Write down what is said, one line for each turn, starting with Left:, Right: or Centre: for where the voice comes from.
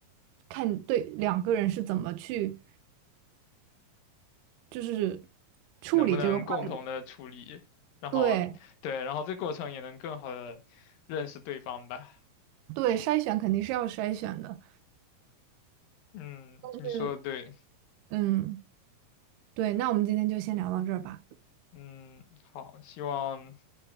Right: 看对两个人是怎么去就是处理这个坏的，
Left: 能不能共同的处理，然后对，
Right: 对
Left: 然后这过程也能更好的认识对方吧。
Right: 对，筛选肯定是要筛选的。
Left: 嗯，
Right: 是。
Left: 你说的对，
Right: 嗯，对，那我们今天就先聊到这儿吧，
Left: 嗯，好，希望